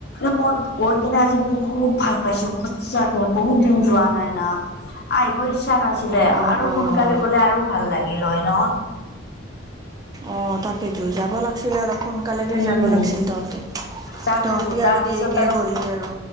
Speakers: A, on the left; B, on the right.
A: মই গৈ কিনে আজি বহুত ভাল পাইছো সঁচাকে বহুত দিন যোৱা নাই না <unintelligible> আইবৰ ইচ্ছা নাছিলে
B: অ', অ',
A: আৰু
B: অ',
A: সোনকালে গলে আৰু ভাল লাগিল হয় ন
B: অ তাকেইতো যাব লা ছিলে অলপ সোনকালেকে
A: উম
B: যাব লাগিছিল তহঁতে
A: তাকেতো
B: তহঁতি
A: তাৰপিছত
B: আৰু দেৰিকে
A: আৰু
B: গ'লি আৰু